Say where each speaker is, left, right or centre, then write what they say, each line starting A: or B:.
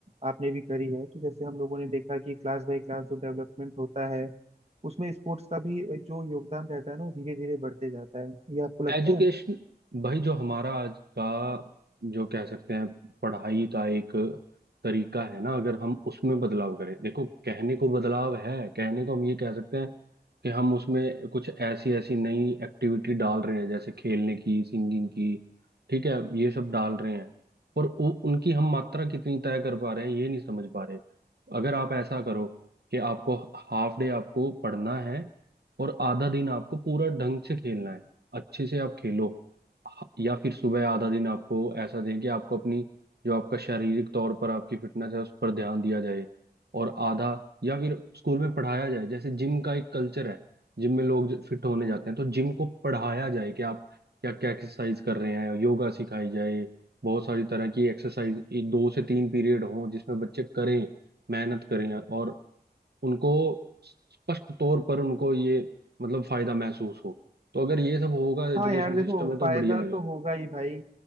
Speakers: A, on the right; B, on the right.
A: आपने भी करी है तो जैसे हम लोगों ने देखा कि क्लास बाय क्लास जो डेवलपमेंट होता है उसमें स्पोर्ट्स का भी जो योगदान रहता है ना वो धीरे धीरे बढ़ते जाता है ये आपको लगता
B: एजुकेशन
A: है
B: भाई जो हमारा आज का जो कह सकते हैं पढ़ाई का एक तरीका है ना अगर हम उसमें बदलाव करें देखो कहने को बदलाव है कहने को हम ये कह सकते हैं कि हम उसमें कुछ ऐसी ऐसी नई एक्टिविटी डाल रहे हैं जैसे खेलने की सिंगिंग की ठीक है ये सब डाल रहे हैं पर उ, उनकी हम मात्रा कितनी तय कर पा रहे हैं ये नहीं समझ पा रहे अगर आप ऐसा करो कि आपको हाफ डे आपको पढ़ना है और आधा दिन आपको पूरा ढंग से खेलना है अच्छे से आप खेलो ह- या फिर सुबह आधा दिन आपको ऐसा दें कि आपको अपनी जो आपका शारीरिक तौर पर आपकी फिटनेस है उस पर ध्यान दिया जाए और आधा या फिर स्कूल में पढ़ाया जाए जैसे जिम का एक कल्चर है जिम में लोग फिट होने जाते हैं तो जिम को पढ़ाया जाए कि आप क्या क्या एक्सरसाइज कर रहे हैं योगा सिखाई जाए बहुत सारी तरह की एक्सरसाइज दो से तीन पीरियड हो जिसमें बच्चे करें मेहनत करें और उनको स्पष्ट तौर पर उनको ये मतलब फायदा महसूस हो तो अगर ये सब होगा एजुकेशन
A: हाँ यार देखो
B: सिस्टम में तो
A: फायदा
B: बढ़िया लगेगा
A: तो होगा ही भाई